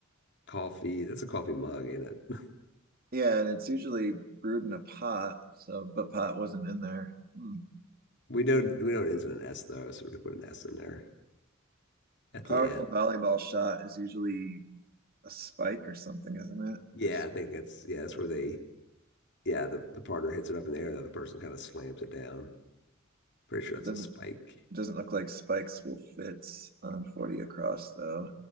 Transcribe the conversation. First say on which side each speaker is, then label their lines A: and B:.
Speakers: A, on the left; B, on the right.
A: coffee. That's a coffee mug, ain't it?
B: Yeah, and it's usually brewed in a pot, so, but pot wasn't in there. Hmm.
A: We don't. We know it ends in an S though, so we could put an S in there at
B: A powerful
A: the end.
B: volleyball shot is usually a spike or something, isn't it?
A: Yeah,
B: It's-
A: I think that's yeah. That's where they yeah, the, the partner hits it up in the air. The other person kind of slams it down. Pretty sure
B: It
A: that's
B: doesn't
A: a spike.
B: it doesn't look like spikes will fit on 40 across though.